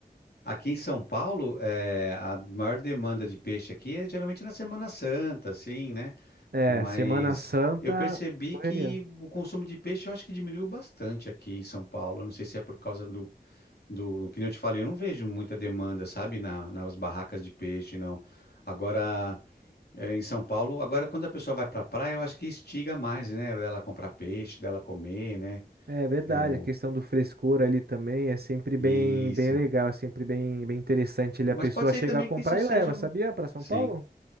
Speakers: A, on the left (about 80°); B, on the right (about 75°).
A: aqui em São Paulo, é, a maior demanda de peixe aqui é geralmente na Semana Santa, assim, né?
B: É,
A: Mas
B: Semana Santa,
A: eu percebi
B: correria.
A: que o consumo de peixe eu acho que diminuiu bastante aqui em São Paulo. Eu não sei se é por causa do, do, que nem eu te falei, eu não vejo muita demanda, sabe, na- nas barracas de peixe, não. Agora, é, em São Paulo, agora quando a pessoa vai pra praia, eu acho que estiga mais, né? Dela comprar peixe, dela comer, né?
B: É verdade,
A: Eu...
B: a questão do frescor ali também é sempre
A: Isso.
B: bem, bem legal, é sempre bem, bem interessante ali
A: Mas
B: a pessoa
A: pode ser
B: chegar
A: também
B: a comprar
A: que isso seja.
B: e leva,
A: um,
B: sabia? Para São
A: Sim.
B: Paulo?